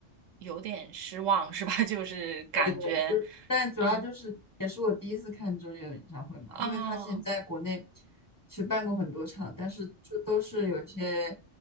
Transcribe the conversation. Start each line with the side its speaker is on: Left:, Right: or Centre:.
Right: 有点失望是吧？<laughs> 就是感觉，
Left: 对对，就是，但主要就是也是我第一次看周杰伦演唱会嘛，
Right: 嗯哦
Left: 因为他之前在国内其实办过很多场，但是就都是有一些